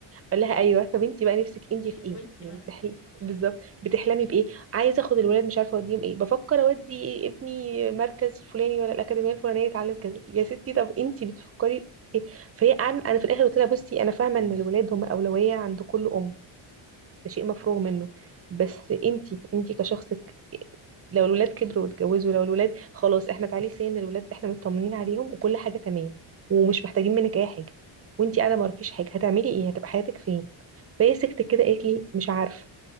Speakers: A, on the right (about 30°); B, on the left (about 60°).
A: اقول لها ايوه طب انت بقى نفسك انت في
B: ايوه
A: ايه
B: وانتي
A: يعني
B: بقى
A: بتحل... بالظبط بتحلمي بايه عايزه اخد الولاد مش عارفه اوديهم ايه بفكر اودي ابني مركز فلاني ولا الاكاديميه الفلانيه يتعلم كذا يا ستي طب انت بتفكري في ايه فهي عن... انا في الاخر قلت لها بصي انا فاهمه ان الولاد هم اولويه عند كل ام ده شيء مفروغ منه بس انتي انتي كشخصك لو الولاد كبروا واتجوزوا لو الولاد خلاص احنا تعالي سن الولاد احنا مطمنين عليهم وكل حاجه تمام ومش محتاجين منك اي حاجه وانتي قاعده ما وراكيش حاجه هتعملي ايه هتبقى حياتك فين فهي سكتت كده قالت لي مش عارفه